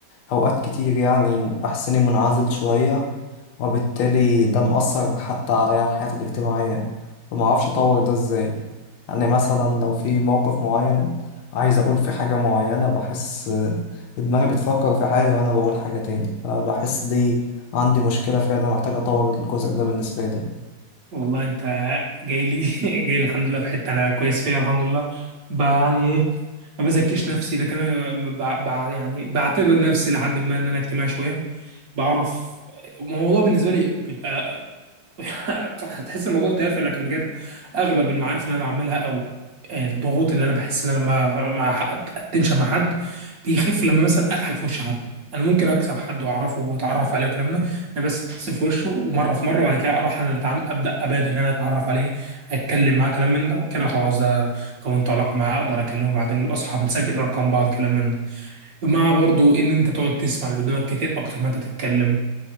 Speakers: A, on the left; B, on the right.
A: أوقات كتير يعني بحس إني منعزل شوية وبالتالي ده مأثر حتى على حياتي الاجتماعية فمعرفش أطور ده إزاي يعني مثلا لو في موقف معين عايز أقول في حاجة معينة بحس دماغي بتفكر في حاجة وأنا بقول حاجة تاني فبحس دي عندي مشكلة فيها أنا محتاج أطور الجزء ده بالنسبة لي
B: والله انت جاي لي <laughs> جاي لي الحمد لله في حته انا كويس فيها الحمد لله ب- يعني ايه ما بزكيش نفسي لكن انا ب... ب... يعني بعتبر نفسي لحد ما ان انا اجتماعي شويه بعرف الموضوع بالنسبه لي بيبقى <laughs> صح، هتحس الموضوع تافه لكن بجد اغلب المعارف اللي انا بعملها او الضغوط اللي انا بحس ان انا ما ما اتنشن مع حد بيخف لما مثلا اضحك في وش حد انا ممكن اكسب حد واعرفه واتعرف عليه والكلام ده انا بس ابتسم في وشه ومره في مره وبعد كده اروح انا اللي أتعام- ابدا ابادر ان انا اتعرف عليه اتكلم معاه كلام من ده كده خلاص ده كونت علاقه معاه اقدر اكلمه بعدين نبقى اصحاب نسجل ارقام بعض كلام من ده مع برضو ان انت تقعد تسمع اللي قدامك كتير اكتر ما انت تتكلم